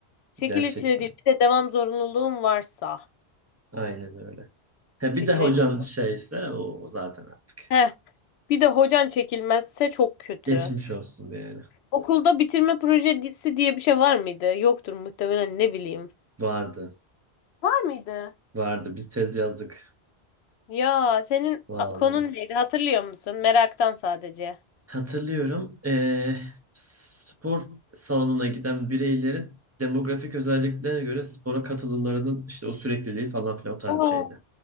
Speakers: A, on the left; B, on the right.
A: Çekil
B: gerçekten.
A: içine değil. Bir de devam zorunluluğun varsa.
B: Aynen öyle. Ha,
A: Çekilir.
B: bir de hocan
A: çile.
B: şeyse o zaten artık.
A: Heh. Bir de hocan çekilmezse çok kötü.
B: Geçmiş olsun yani.
A: Okulda bitirme projesi diye bir şey var mıydı? Yoktur muhtemelen ne bileyim.
B: Vardı.
A: Var mıydı?
B: Vardı. Biz tez yazdık.
A: Ya senin
B: Vallahi.
A: a- konun neydi hatırlıyor musun? Meraktan sadece.
B: Hatırlıyorum. eee, spor salonuna giden bireylerin demografik özelliklerine göre spora katılımlarının işte o sürekliliği falan filan o tarz
A: Oo.
B: bir şeydi.